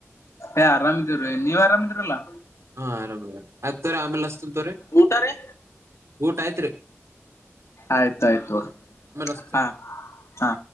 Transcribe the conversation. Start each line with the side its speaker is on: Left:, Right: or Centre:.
Left: ಏ ಆರಾಮಿದೀವ್ರೀ ನೀವ್ ಆರಾಮಿದಿ್ರಲ್ಲಾ
Right: ಹಾ ಆರಾಮ್ಅದೀವಿ ಆಯ್ತಾ ತಗೋರಿ ಆಮೇಲೆ ಹಚ್ತಿನಿ
Left: ಊಟ ರೀ
Right: ಊಟ ಆಯ್ತ್ ರೀ
Left: ಆಯ್ತ ಆಯ್ತು ತೋರಿ
Right: ಹಸ್ತೋರಿ.
Left: ಹಾ ಹಾ